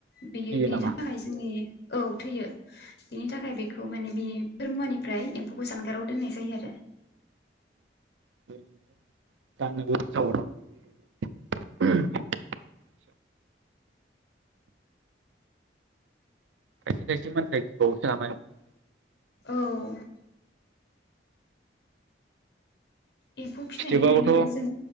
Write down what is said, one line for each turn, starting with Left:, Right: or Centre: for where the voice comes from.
Left: बेयो
Right: थैयो
Left: बेनि
Right: नामा
Left: थाखाय जोंनि औ थैयो बिनि थाखाय बेखौ माने बे फोर मुवानिफ्राय एम्फौखौ जानगाराव दोननाय जायो आरो
Right: <unintelligible> <unintelligible> <inaudible> खायसे खायसे मानसिया <unintelligible>
Left: औ <inaudible> एम्फौ फिनायनिफ्रायनो
Right: फिथोबाबोथ'
Left: जों